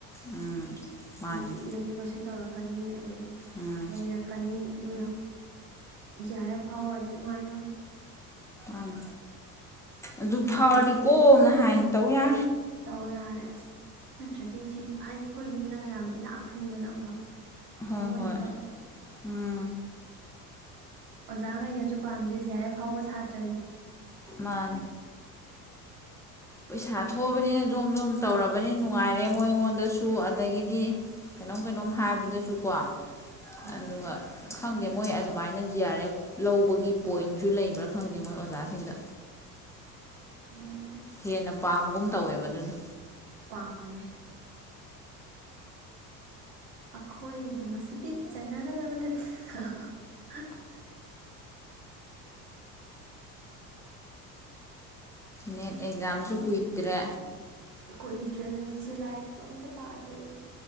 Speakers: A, in the centre; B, on the right.
A: ꯎꯝ ꯃꯥꯅꯤ
B: ꯅꯨꯡꯇꯤꯒꯤ ꯆꯊꯣꯛ ꯆꯁꯤꯟ ꯇꯧ ꯀꯅꯤ ꯑꯗꯒꯤ
A: ꯎꯝ
B: ꯂꯩꯔꯛꯀꯅꯤ ꯎ ꯖꯤꯑꯔꯑꯞ ꯐꯥꯎꯔꯗꯤ ꯅꯨꯡꯉꯥꯏꯗꯧꯅꯤ
A: ꯑꯥꯡ ꯑꯗꯨ ꯐꯥꯎꯔꯗꯤ
B: ꯑꯗꯨꯏꯗꯤ
A: ꯀꯣꯝꯅ ꯍꯥꯏꯅ ꯇꯧ ꯌꯥ
B: ꯇꯧ ꯌꯥꯔꯦ ꯑꯁ ꯅꯠꯇ꯭ꯔꯗꯤ ꯁꯤ ꯍꯥꯏꯗꯤ ꯑꯩꯈꯣꯏ ꯌꯨꯝꯗꯒ ꯌꯥꯝꯅ ꯏꯅꯥꯛ ꯈꯨꯟꯗꯅꯀꯣ ꯇꯧꯕ
A: ꯍꯣꯏ
B: ꯑꯣꯏꯗꯤ
A: ꯍꯣꯏ
B: ꯐꯕ
A: ꯎꯝ
B: ꯑꯣꯖꯥꯈꯩꯅꯁꯨ ꯄꯥꯝꯃꯤꯁꯦ ꯖꯔ ꯑꯦꯐ ꯐꯥꯎꯕ ꯁꯥꯇ꯭ꯔꯁꯦ
A: ꯃꯥꯅꯤ ꯄꯩꯁꯥ ꯊꯣꯛꯑꯕꯅꯤꯅ ꯖꯣꯝ ꯖꯣꯝ ꯇꯧꯔꯕꯅꯤꯅ ꯅꯨꯡꯉꯥꯏꯔꯦ ꯃꯣꯏ ꯑꯩꯉꯣꯟꯗꯁꯨ ꯑꯗꯒꯤꯗꯤ ꯀꯩꯅꯣꯝ ꯀꯩꯅꯣꯝ
B: ꯎꯝ
A: ꯍꯥꯏꯕꯗꯁꯨꯀꯣ
B: ꯍꯣꯏ
A: ꯑꯗꯨꯒ ꯈꯪ ꯈꯪꯗꯦ ꯃꯣꯏ ꯑꯗꯨꯃꯥꯏꯅ ꯖꯤ ꯑꯥꯔ ꯑꯦꯐ ꯂꯧꯕꯒꯤ ꯄꯣꯏꯟꯁꯨ ꯂꯩꯕ꯭ꯔꯥ ꯈꯪꯗꯦ ꯃꯣꯏ ꯑꯣꯖꯥꯁꯤꯡꯗ
B: ꯎꯝ
A: ꯍꯦꯟꯅ ꯄꯥꯝꯒꯨꯝ ꯇꯧꯋꯦꯕ ꯑꯗꯨꯅ
B: ꯄꯥꯝꯃꯦ ꯑꯩꯈꯣꯏꯒꯨꯝꯕꯁꯤꯗꯤ ꯆꯠꯅꯒꯗꯕ ꯅꯠꯇ <unintelligible>
A: ꯅꯦꯠ ꯑꯦꯛꯖꯥꯝꯁꯨ ꯀꯨꯏꯗ꯭ꯔꯦ
B: ꯀꯨꯏꯗ꯭ꯔꯦꯕꯅꯦ ꯏꯆꯦ ꯂꯥꯏꯔꯤꯛꯁꯨ ꯑꯝꯇ ꯄꯥꯗ꯭ꯔꯦ ꯑꯩꯗꯤ